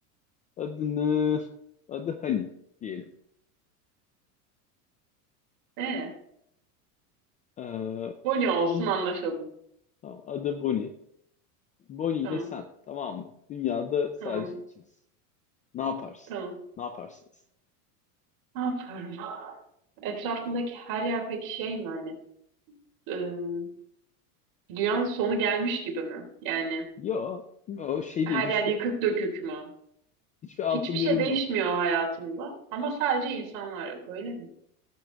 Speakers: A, on the left (about 20°); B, on the right (about 50°).
A: Adını, adı Hani diyelim.
B: Ee,
A: Ee,
B: Bonnie olsun
A: on,
B: anlaşalım.
A: tamam, adı Bonnie. Bonnie
B: Tamam,
A: ile sen, tamam mı? Dünyada sadece
B: tamam,
A: ikiniz. Ne yaparsın?
B: tamam.
A: Ne yaparsınız?
B: Ne yapıyorum? Etrafındaki her yer peki şey mi hani? ıı, dünyanın sonu gelmiş gibi mi? Yani
A: Yo, o şey
B: her
A: değil. Hiçbir
B: yer yıkık dökük mü?
A: hiçbir altı
B: Hiçbir şey
A: durum
B: değişmiyor
A: yok.
B: hayatımda ama sadece insanlar yok öyle mi?